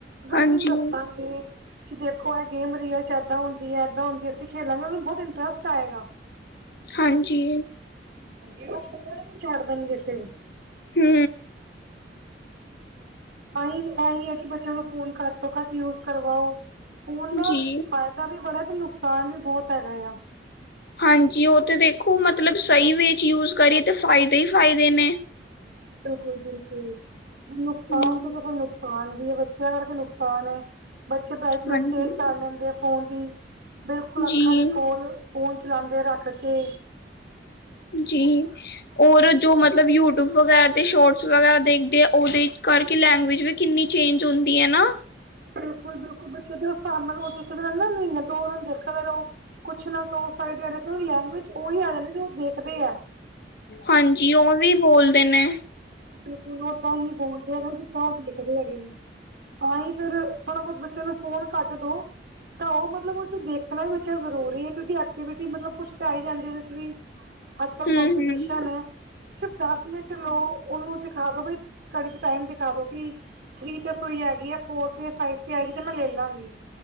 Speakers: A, on the right; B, on the left.
A: ਦਸ
B: ਹਾਂਜੀ
A: ਮਿੰਟ ਚ ਦੱਸਾਂਗੇ। ਕਿ ਦੇਖੋ ਏ ਗੇਮ ਰੀਅਲ ਚ ਏਦਾਂ ਹੁੰਦੀ ਏ, ਏਦਾਂ ਹੁੰਦੀ ਏ ਅਸੀ ਖੇਲਾਂਗੇ ਓਨੁ ਬੋਤ ਇੰਟਰਸਟ ਆਏਗਾ।
B: ਹਾਂਜੀ।
A: ਹਾਂਜੀ, ਓਹ ਫੋਨ ਵੀ ਛੱਡ ਦੇਨਗੇ ਫੇਰ।
B: ਹੂੰ।
A: ਆਹੀ ਏ ਕਿ ਬੱਚੇਆਂ ਨੁ ਫੋਨ ਘੱਟ ਤੋਂ ਘੱਟ ਯੂਜ ਕਰਵਾਓ ਫੋਨ ਦਾ
B: ਜੀ
A: ਫਾਇ ਫੈਦਾ ਵੀ ਬੜਾ, ਤੇ ਨੁਕਸਾਨ ਵੀ ਬੋਤ ਹੈਗਾ ਆ।
B: ਹਾਂਜੀ, ਉਹ ਤਾਂ ਦੇਖੋ ਮਤਲਬ ਸਹੀ ਵਿਚ ਯੂਜ ਕਰੀਏ ਤਾਂ ਫਾਇਦੇ ਈ ਫਾਇਦੇ ਨੇ।
A: ਬਿਲਕੁਲ-ਬਿਲਕੁਲ, ਨੁਕਸਾਨ
B: ਹੂੰ
A: ਤਾਂ ਦੇਖੋ ਨੁਕਸਾਨ ਨੁਕਸਾਨ ਵੀ ਏ ਬੱਚਿਆਂ ਕਰਕੇ ਨੁਕਸਾਨ ਏ ਬੱਚੇ ਬਰਾਈਟਨੈਸ
B: ਹਾਂਜੀ
A: ਤੇਜ ਕਰ ਲੈਂਦੇ ਏ ਫੋਨ ਦੀ। ਬਿਲਕੁਲ, ਅੱਖਾਂ
B: ਜੀ
A: ਦੇ ਕੋਲ ਫੋਨ ਚਲਾਂਦੇ ਰੱਖ ਕੇ
B: ਜੀ। ਔਰ ਜੋ ਮਤਲਬ ਯੂਟਿਊਬ ਵਗੈਰਾ, ਤੇ ਸ਼ੋਟਸ ਵਗੈਰਾ ਦੇਖਦੇ ਏ ਓਦੇ ਕਰਕੇ ਲੈਂਗਵੇਜ ਵੀ ਕਿੰਨੀ ਚੇਂਜ ਹੋਂਦੀ ਹੈ ਨਾ?
A: ਬਿਲਕੁਲ-ਬਿਲਕੁਲ, ਬੱਚੇ ਦੇ ਹਿਸਾਬ ਨਾਲ ਉਹ ਦੇਖਦੇ ਨਾ ਮਹੀਨੇ ਦੋ ਉਹਨਾਂ ਨੂੰ ਦੇਖਦਾ ਰਹੋ। ਕੁਛ ਨਾ ਕੋ ਸਾਰੀ ਦੇਆੜੀ ਲੈਂਗੁਏਜ ਓਹੀ ਆ ਜਾਂਦੀ ਏ ਜੋ ਦੇਖਦੇ ਏ।
B: ਹਾਂਜੀ, ਐਂਵੇਂ ਬੋਲਦੇ ਨੇ।
A: ਬਿਲਕੁਲ, ਓਦਾਂ ਹੀ ਬੋਲਦੇ ਆ ਨਾ ਜਿੱਦਾਂ ਉਹ ਲਿਖਦੇ ਹੈਗੇ ਨੀ। ਤਾਂਹੀ ਫੇਰ ਥੋੜਾ-ਬੋਤ ਬੱਚੇਆਂ ਨੂੰ ਫ਼ੋਨ ਘੱਟ ਦੋ ਦਓ ਮਤਲਬ ਉਹ ਚ ਦੇਖਣਾ ਵੀ ਜ਼ਰੂਰੀ ਏ, ਕਿਉਂਕਿ ਐਕਟੀਵਿਟੀ ਮਲਬ ਕੁਛ ਤਾਂ ਆਈ ਜਾਂਦੀ ਓਦੇ ਚ ਵੀ। ਅੱਜ-ਕੱਲ
B: ਹੂੰ-ਹੂੰ
A: ਕੋਂਪਟੀਸ਼ਨ ਏ ਸਿਰਫ ਦਸ ਮਿੰਟ ਲੋ ਉਨੁ ਦਿਖਾ ਦੋ ਬਈ ਘੜੀ ਚ ਟਾਈਮ ਦਿਖਾ ਦੋ ਕਿ ਥਰੀ ਤੇ ਸੁਈ ਹੈਗੀ ਏ ਫੋਰ ਤੇ ਫਾਇਫ ਤੇ ਆਗੀ ਤੇ ਮੈਂ ਲੇ ਲਾਂਗੀ।